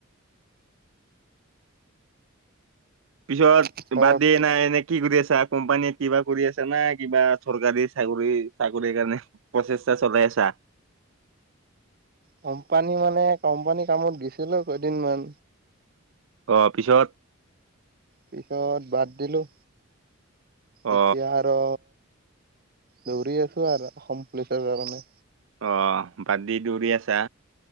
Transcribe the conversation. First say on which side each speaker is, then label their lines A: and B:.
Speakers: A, on the right; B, on the right.
A: পিছত
B: পিছত
A: বা দিয়ে নাই নে কি কৰি আছা কোম্পানীত কিবা কৰি আছো না কিবা চৰকাৰী চাকৰি চাকৰি কাৰণে প্ৰচেষ্টা চলাই আছা?
B: কোম্পানী মানে কোম্পানী কামত গৈছিলো কেইদিনমান।
A: অ! পিছত
B: পিছত বাদ দিলোঁ।
A: অ
B: এতিয়া আৰু দৌৰি আছো আৰু অসম পুলিচৰ কাৰণে।
A: অ! বাদ দি দৌৰি আছা।